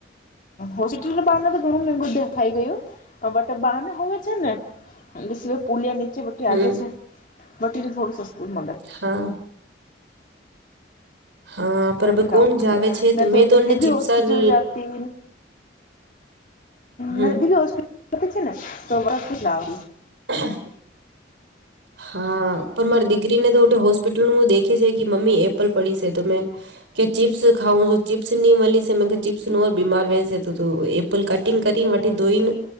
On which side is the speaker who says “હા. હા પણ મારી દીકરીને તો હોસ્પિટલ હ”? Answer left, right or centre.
Right